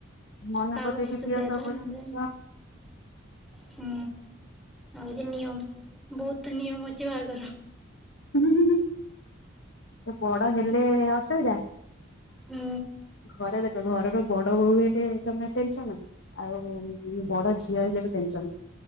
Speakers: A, on the left (about 65°); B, in the centre.
A: ମନେ
B: କାହାକୁ
A: ପକେଇ
B: କିଛି
A: ଦିଏ
B: ଦେଲା
A: ସବୁ
B: ନ
A: ଜିନିଷ।
B: ଦେଲା ହୁଁ ଆଉ ନିୟମ ବହୁତ ନିୟମ ଅଛି ବାହାଘର।
A: ହୁଁ ହୁଁ ବଡ ହେଲେ ଅସୁବିଧା।
B: ହୁଁ।
A: ଘରେ ଦେଖ ଘରର ବଡ ବୋହୂ ହେଲେ ତମେ ଟେନସନ। ଆଉ ବଡ ଝିଅ ହେଲେ ବି ଟେନସନ।